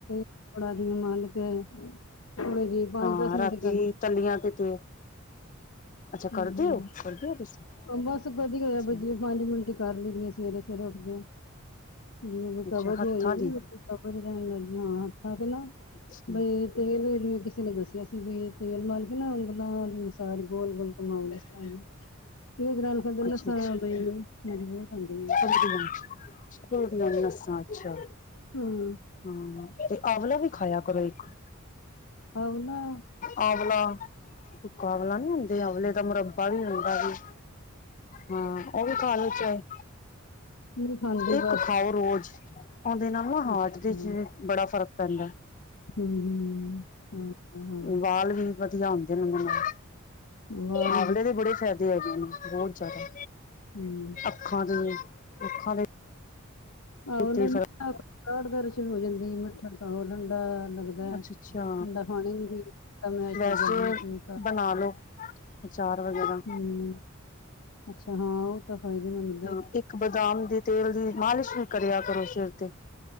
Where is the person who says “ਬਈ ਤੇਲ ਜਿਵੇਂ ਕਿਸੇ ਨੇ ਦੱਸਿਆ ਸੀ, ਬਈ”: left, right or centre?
Left